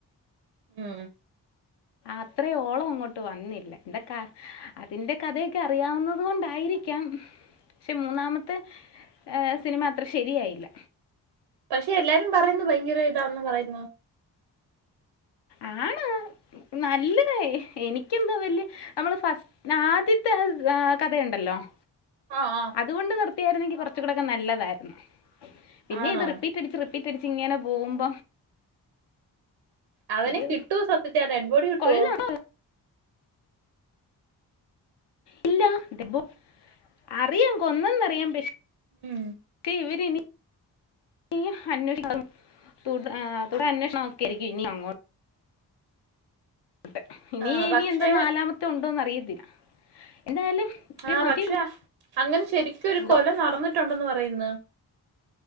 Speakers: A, on the right (about 90°); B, on the left (about 70°).
A: ഉം.
B: അത്രയോളം അങ്ങോട്ട് വന്നില്ല എന്ത അതിന്റെ കഥയൊക്കെ അറിയാവുന്നുന്നത് കൊണ്ടായിരിക്കും. പക്ഷെ മൂന്നാമത്തെ സിനിമ അത്ര ശരിയായില്ല.
A: പക്ഷെ എല്ലാരും പറയുന്നു ഭയങ്കര ഇതാന്ന് പറയുന്നു.
B: ആണ്. നല്ലത് എനിക്കെന്താ വലിയ നമ്മള് ഫസ്റ്റ് ആദ്യത്തെ കഥയുണ്ടല്ലോ. ഇല്ലാ-
A: ആ ആ
B: അതുകൊണ്ട് നിർത്തിയായിരുന്നെങ്കിൽ കൊറച്ച് കൂടൊക്കെ നല്ലതാരുന്നു പിന്നെ
A: ആണോ
B: ഇത് റിപ്പീറ്റ്ടിച്ച് റിപ്പീറ്റ്. തിരിച്ച് ഇങ്ങനെ പോകുമ്പം-
A: അവനെക്ക്
B: ഒരു
A: കിട്ടുവോ സത്യത്തിൽ ആ ഡെഡ് ബോഡി കിട്ടുവോ?
B: കൊള്ളാം ഇല്ല ഡെ ഡ്അറിയാം കൊ കൊന്നന്നറിയാം പ
A: ഉം
B: ഇവരിനി- ഇ അന്വേഷണം തുടർ അന്വേഷണം ഒക്കെ ആയിരിക്കും ഇനി അങ്ങോട്ട്. ട്ടെ ഇനി
A: ആ
B: ഇനി
A: പക്ഷെ
B: എന്താ നാലാമത്തെ ഉണ്ടോന്ന് അറിയത്തില്ല എന്തായാലും. ഒരു
A: ആഹ്
B: മതി
A: പക്ഷെ അങ്ങനെ ശരിക്കും ഒരു
B: എന്തോ
A: കൊല നടന്നിട്ടുണ്ടെന്ന് പറയുന്ന്.